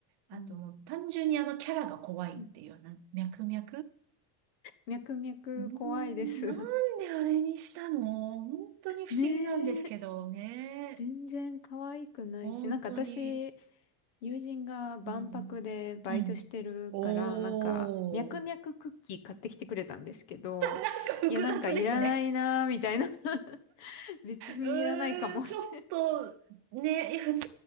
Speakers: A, on the right (about 55°); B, on the left (about 65°).
A: あともう単純にあのキャラが怖いっていうような、
B: うん、うん
A: 脈々
B: 脈々怖いです
A: うーん、なんであれにしたの本当に不思議なんですけどね。
B: <laughs> ねえ。全然可愛くないし、
A: 本当に。
B: なんか私、友人が万博でバイトしてるから、
A: うん。うん。おー。
B: なんか、脈々クッキー買ってきてくれたんですけど、
A: なんか複雑ですね。
B: いや、なんかいらないなーみたいな <laughs> 別にいらないかもって
A: うーん、ちょっと、ね、いや、普通のク